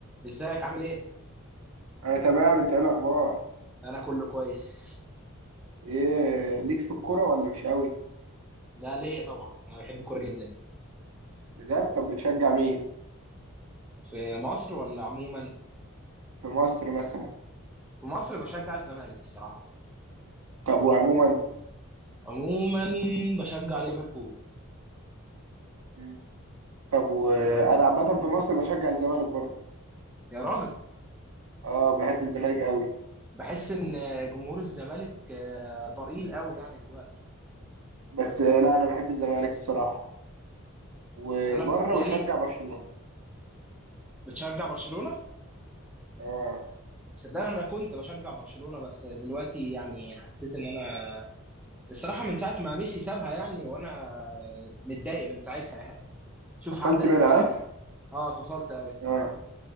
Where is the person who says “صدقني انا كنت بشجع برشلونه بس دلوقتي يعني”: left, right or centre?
Centre